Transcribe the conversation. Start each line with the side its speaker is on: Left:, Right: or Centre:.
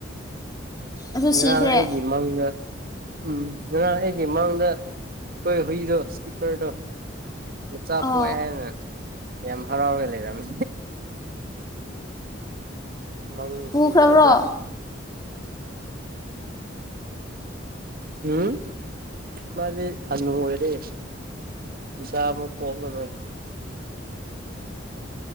Left: ꯑꯗꯨ
Right: ꯉꯔꯥꯡ
Left: ꯁꯤꯈ꯭ꯔꯦ
Right: ꯑꯩꯒꯤ ꯃꯥꯡꯗ ꯎꯝ ꯉꯔꯥꯡ ꯑꯩꯒꯤ ꯃꯥꯡꯗ ꯑꯩꯈꯣꯏ ꯍꯨꯏꯗꯣ ꯀꯤꯄꯔꯗꯣ ꯃꯆꯥ
Left: ꯑꯣ
Right: ꯄꯣꯛꯑꯦ ꯍꯥꯏꯅ ꯌꯥꯝ ꯍꯔꯥꯎꯔꯒꯂꯩꯔꯃꯤ ꯃꯉꯁꯤꯁꯨ
Left: ꯄꯨꯈ꯭ꯔꯕ꯭ꯔꯣ
Right: ꯖꯥꯠ ꯖꯥꯠ ꯎꯝ ꯃꯥꯗꯤ ꯍꯅꯨ ꯑꯣꯏꯔꯦ ꯄꯁꯥ ꯑꯃꯨ ꯄꯣꯂꯔꯦ